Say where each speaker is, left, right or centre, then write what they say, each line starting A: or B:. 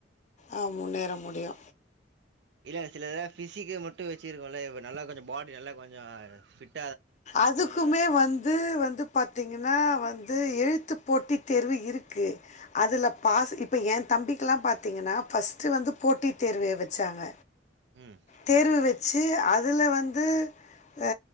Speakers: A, on the left; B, on the right.
A: ஆ முன்னேற முடியு
B: இல்ல சில இதுலா பிசிக் மட்டு வச்சிருக்கோல்ல இப்ப நல்லா கொஞ்சோ பாடி நல்லா கொஞ்சோ ஃபிட்
A: அதுக்குமே வந்து வந்து பாத்தீங்கன்னா வந்து எழுத்து எழுத்து போட்டி தேர்வு இருக்கு அதுல பாஸ் இப்ப ஏ தம்பிகெல்லா பாத் தீங்கன்னா ஃபர்ஸ்ட் வந்து போட்டித் தேர்வு வச்சாங்க
B: ம்
A: தேர்வு வச் சி அதுல வந்து ஆ